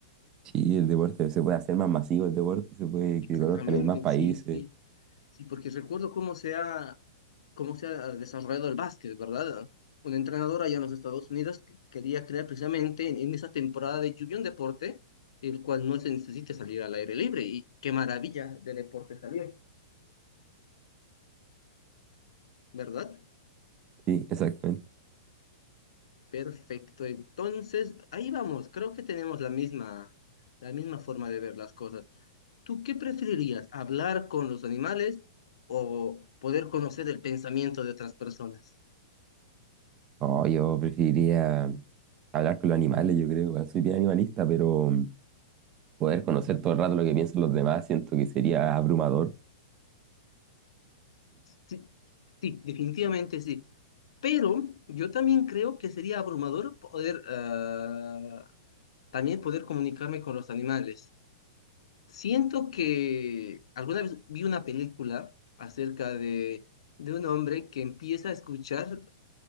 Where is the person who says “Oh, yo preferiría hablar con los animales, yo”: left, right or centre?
Right